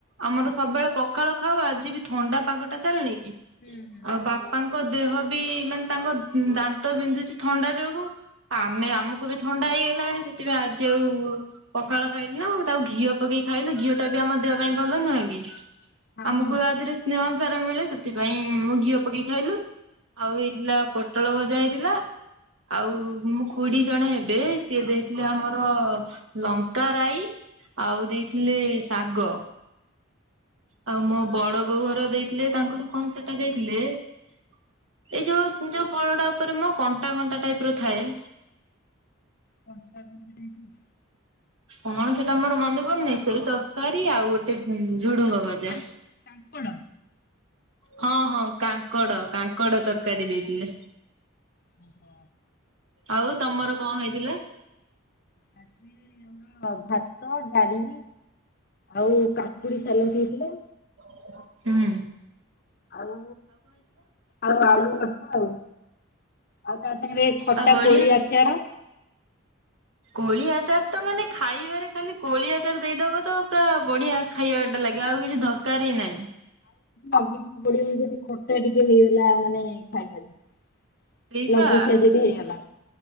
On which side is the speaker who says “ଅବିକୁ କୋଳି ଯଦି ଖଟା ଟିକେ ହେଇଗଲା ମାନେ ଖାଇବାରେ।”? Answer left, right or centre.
Left